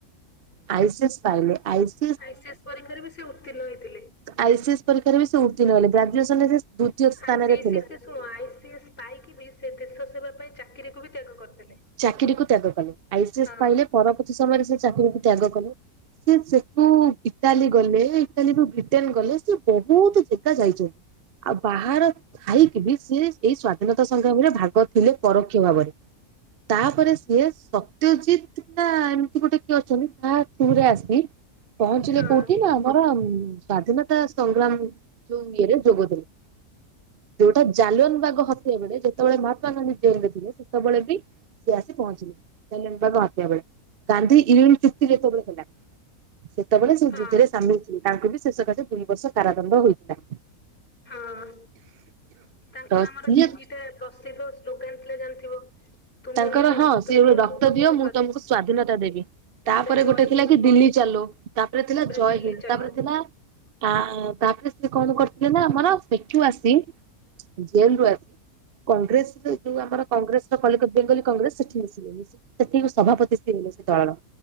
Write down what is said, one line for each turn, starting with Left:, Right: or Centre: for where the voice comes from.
Right: ଆଇସିଏସ୍ ପାଇଲେ ଆଇସ୍।
Left: ଆଇସି ଏସ୍ ପରୀକ୍ଷାରେ ବି ସେ ଉତ୍ତୀର୍ଣ୍ଣ ହେଇଥିଲେ।
Right: ଆଇସିଏସ୍ ପରୀକ୍ଷାରେ ବି ସେ ଉତ୍ତୀର୍ଣ ହେଲେ ଗ୍ରାଜୁଏସନରେ ଦ୍ଵିତୀୟ ସ୍ଥାନରେ
Left: ଆଇସି ଏସେସ୍
Right: ଥିଲେ
Left: ଶୁଣ ଆଇଏସ୍ ପାଇକି ବି ସେ ଦେଶ ସେବା ପାଇଁ ଚାକିରିକୁ ବି ତ୍ୟାଗ କରିଦେଲେ।
Right: ଚାକିରିକୁ ତ୍ୟାଗ କଲେ ଆଇସିଏସ୍
Left: ହଁ
Right: ପାଇଲେ ପରବର୍ତ୍ତୀ ସମୟରେ ସେ ଚାକିରୀକୁ ତ୍ୟାଗ କଲେ। ସେ ସେଠୁ ଇଟାଲୀ ଗଲେ ଇଟାଲୀରୁୁ ବ୍ରିଟେନ ଗଲେ ସେ ବହୁତୁ ଜେଗା ଯାଇଚ଼ନ୍ତି। ଆଉ ବାହାରେ ଥାଇକି ବି ସିଏ ଏଇ ସ୍ଵାଧୀନତା ସଂଗ୍ରାମୀରେ ଭାଗ ଥିଲେ ପରୋକ୍ଷ ଭାବରେ। ତାପରେ ସିଏ ସତ୍ୟଜିତ୍ ନା ଏମିତି ଗୋଟେ କିଏ ଅଛନ୍ତି ତାହା ଥ୍ରୁରେ ଆସି ପହଞ୍ଚିଲେ
Left: ହଁ
Right: କୋଉଠି ନା ଆମର ସ୍ୱାଧୀନତା ସଂଗ୍ରାମ ଜୁନ୍ ଇ ଏ ରେ ଯୋଗ ଦେଲେ। ଯୋଉଟା ଜାଲୱନ୍ ବାଗ ହତ୍ୟା ବେଳେ ଯେତେବେଳେ ମହାତ୍ମା ଗାନ୍ଧୀ ଜେଲରେ ଥିଲେ ସେତେବେଳେ ବି। ସେ ଆସି ପହଞ୍ଚଲେ ଜାଲୱନ୍ ବାଗ ହତ୍ୟା ବେଳେ ଗାନ୍ଧି ଇଊଳ ଚୁକ୍ତି ଯେତେବେଳେ ହେଲା। ସେତେବେଳେ ସେ
Left: ହଁ
Right: ଯୁଦ୍ଧରେ ସାମିଲ ଥିଲେ ତାଙ୍କୁ ବି ସେ ସକାଶେ ଦୁଇ ବର୍ଷ କାରାଦଣ୍ଡ ହୋଇଥିଲା।
Left: ହଁ। ତାଙ୍କର
Right: ତ
Left: ଆମର
Right: ସିଏ
Left: ତିନିଟା ପ୍ରସିଦ୍ଧ ସ୍ଲୋଗାନ ଥିଲେ ଜାଣିଥିବ। ତୁମେ
Right: ତାଙ୍କର
Left: ମତେ
Right: ହଁ
Left: ରକ୍ତ
Right: ସିଏ
Left: ଦିଅ
Right: ଗୋଟେ ରକ୍ତ
Left: ମୁଁ ତମକୁ
Right: ଦିଅ ମୁଁ ତମକୁ ସ୍ଵାଧୀନତା ଦେବି ତାପରେ
Left: ଜୟ
Right: ଗୋଟେ ଥିଲା
Left: ହିନ୍ଦ।
Right: କି ଦିଲ୍ଲୀ ଚାଲୋ। ତାପରେ ଥିଲା ଜୟ
Left: ଦିଲ୍ଲୀ
Right: ହିନ୍ଦ୍
Left: ଚାଲୁ
Right: ତାପରେ
Left: ହଁ
Right: ଥିଲା ତାଆ ତାପରେ। ସେ କଣ କରିଥିଲେ ନା ଆମର ସେଠୁ ଆସି। ଜେଲ ରୁ ଆସି କଂଗ୍ରେସ ଯୋଉ ଆମର କଂଗ୍ରେସର କଲିକତ। ବେଙ୍ଗଲୀ କଂଗ୍ରେସ ସେଠି ମିଶିଲେ ମିଶ ସେଠି ସଭାପତି ସି ଥିଲେ ସେ ଦଳର।